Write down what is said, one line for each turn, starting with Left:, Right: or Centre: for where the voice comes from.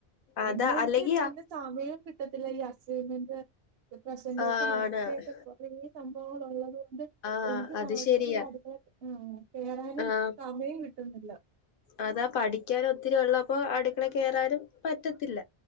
Right: പിന്നെ
Left: അതാ
Right: എനിക്ക്
Left: അല്ലെങ്കിൽ
Right: പിന്നെ സമയം കിട്ടത്തില്ല ഈ അസ്സൈൻമെന്റ് പ്രസന്റേഷൻ
Left: ആണ്
Right: അതിന്റെക്കെ കൊറേ സംഭവങ്ങൾ ഉള്ളത് കൊണ്ട്
Left: ആഹ്
Right: എനിക്ക്
Left: അത്
Right: മാക്സിമ
Left: ശെരിയാ
Right: ഈ അടുകളെ കേറാനും
Left: ആഹ്
Right: സമയം കിട്ടുന്നില്ല.
Left: അതാ പഠിക്കാൻ ഒത്തിരി ഉള്ളപ്പോ അടുക്കളെ കയറാനും പറ്റത്തില്ല.